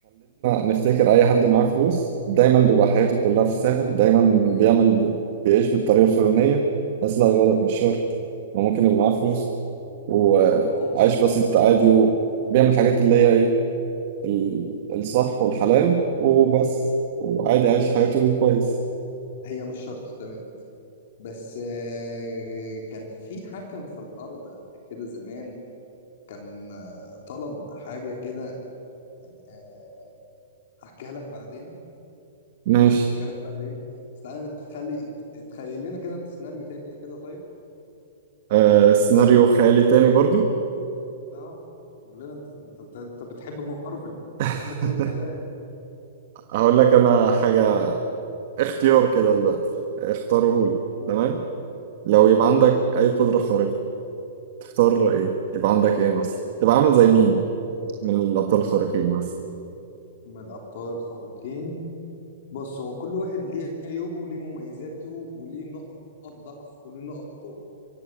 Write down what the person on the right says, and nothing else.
نفتكر أي حد معاه فلوس دايما بيبقى حياته كلها في الساحل دايما
بيعمل بيعيش بالطريقة الفلانية بس لا غلط مش شرط وممكن يبقى معاه فلوس وعايش
بسيط عادي
وبيعمل الحاجات اللي هي إيه ال- الصح والحلال وبس وعادي عايش حياته
كويس
ماشي
آه سيناريو خيالي تاني برضو
<laughs>
هقول لك انا حاجة اختيار كده دلوقتي اختاره لي
تمام لو يبقى عندك اي قدرة خارقة تختار ايه يبقى عندك ايه مثلا تبقى عامل زي مين من الابطال الخارقين مثلا